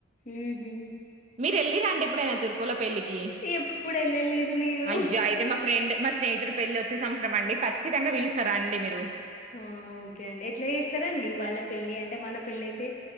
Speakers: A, on the left; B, on the right.
A: మ్మ్ హు
B: మీరు ఎళ్ళి రండి ఎప్పుడైనా తుర్కులో పెళ్లికి
A: ఎప్పుడు వెళ్ళలేదు నేను
B: అయ్యా అయితే మా ఫ్రెండ్ మా స్ స్నేహితుడు పెళ్లి వచ్చే సంవత్సరం అండి ఖచ్చితంగా పిలుస్తా రండి మీరు
A: ఆ ఓకే అండి ఎట్లా చేస్తారాండి వాళ్ళ పెళ్లి అంటే మన పెళ్లి అయితే